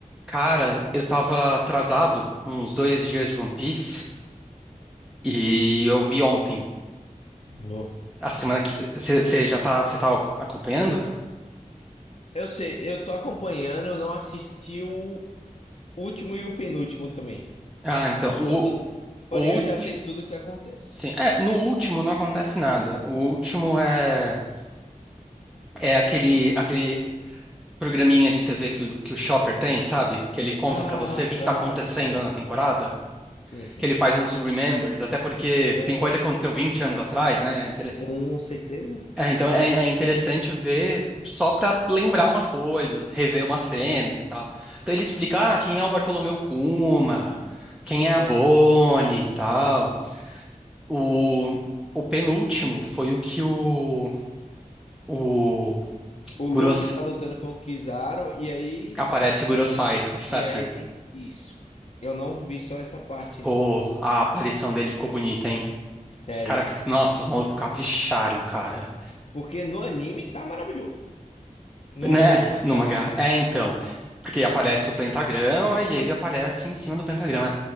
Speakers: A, in the centre; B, on the left (about 55°).
A: Cara, eu tava atrasado uns dois dias de One Piece e eu vi ontem.
B: No.
A: A semana que. Você já tá, você tá acompanhando?
B: Eu sei, eu tô acompanhando, eu não assisti o último e o penúltimo também.
A: Ah, então.
B: Acho
A: O,
B: que eu tô. do- Porém,
A: o último.
B: eu já sei tudo o que acontece.
A: Sim. É, no último não acontece nada. O último é. É aquele, aquele programinha de TV que o, que o Chopper tem, sabe? Que ele conta
B: Ah,
A: pra você o que que
B: tá,
A: tá acontecendo
B: sei.
A: na temporada.
B: Sim, sim.
A: Que ele faz uns remembers, até porque
B: Aham.
A: tem coisa que aconteceu 20 anos atrás, né? Então,
B: Com certeza?
A: É, então é, é interessante ver só para lembrar umas coisas, rever umas cenas
B: Claro.
A: e tal. Então ele explica, ah, quem é o Bartolomeu Kuma, quem é a
B: Aham.
A: Bonnie e tal. O, o penúltimo foi o que o, o
B: O Luffy
A: Guros,
B: tá lutando com o Kizaru e aí.
A: aparece o Gurosai, o Saturn.
B: E aí. em- Isso. Eu não vi só essa parte
A: Pô,
B: ainda.
A: a aparição dele ficou bonita, hein?
B: Sério.
A: Os caras, nossa, os malucos capricharam, cara.
B: Porque no anime tá maravilhoso. No
A: Né?
B: mangá.
A: No mangá. É, então. Porque aparece o pentagrama e ele aparece em cima do pentagrama.